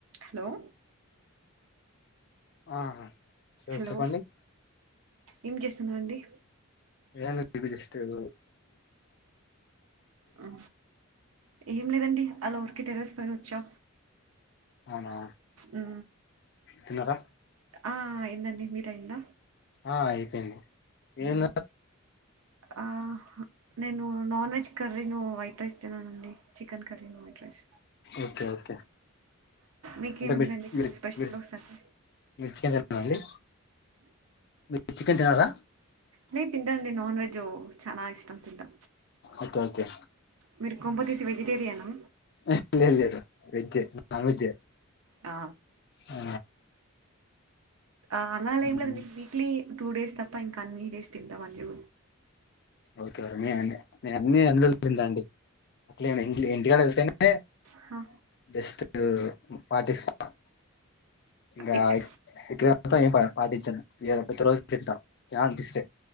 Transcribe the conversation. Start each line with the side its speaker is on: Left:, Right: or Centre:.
Right: Hello
Left: ఆ sir
Right: hello
Left: చెప్పండి
Right: ఏం చేస్తున్నారండి
Left: ఏ నిబి ఇష్ట్ గ బోవ్
Right: ఆ ఏం లేదండి అలాఊరికి టరస్ పైన ఒచ్చా
Left: అవునా
Right: ఊ
Left: తిన్నారా
Right: ఆ అయిందండి మీదయింద
Left: ఆ అయిపోయింది ఏం
Right: ఊ ఆ నేను నాన్ వెజ్ కర్రీను వైట్ రైస్ తిననండి చికెన్ కర్రీను వైట్ రైస్
Left: ఓకే ఓకే
Right: మీకేమిటండి
Left: అంటే మిర్ మిర్
Right: స్పెషల్
Left: మిర్
Right: సండే
Left: మిర్చే కదా అండి మి చికెన్ తినరా
Right: నే తింటాండి నాన్ వెజు చాలా ఇష్టం తింటా
Left: ఓకే ఓకే
Right: మీర్ కొంపదీసి వెజిటేరియనా
Left: ఎ లేద్ లేదు వెజె నాన్ వెజ్జే
Right: ఆ
Left: ఆ
Right: ఆ అలాలేం
Left: మ్మ్.
Right: లేద్ వీక్లీ టూ డేస్ తప్ప ఇంక అన్ని డేస్ తింటా మంజి
Left: ఓకే అన్ని అందా అండి అట్ ఇ ఇంటికాడ ఎళ్తేనే
Right: హ
Left: జస్ట్ పాటిస్తాం ఇంకా
Right: ఇక్
Left: ఇక్కడ ఏంత పడా పాటించను ఇ ప్రతి రోజు తింట తినాల్ అనిపిస్తే